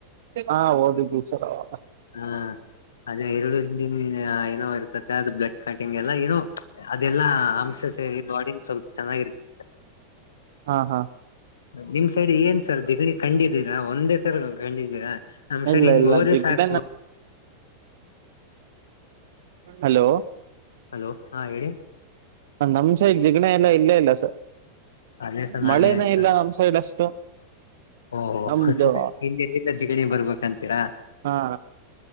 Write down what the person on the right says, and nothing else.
ಹಾ ಓದಿದ್ವಿ ಸರ್ ಅವಾಗ
ಹಾ ಹಾ
ಇಲ್ಲ
ಇಲ್ಲ
ಜಿಗಣೆ
ಹಲೋ
ನಮ್ ಸೈಡ್ ಜಿಗಣ ಎಲ್ಲ ಇಲ್ಲೇ ಇಲ್ಲ ಸ..
ಮಳೆನೇ
ಇಲ್ಲ ನಮ್ ಸೈಡ್ ಅಷ್ಟು.
ನಮ್ದು
ಹಾ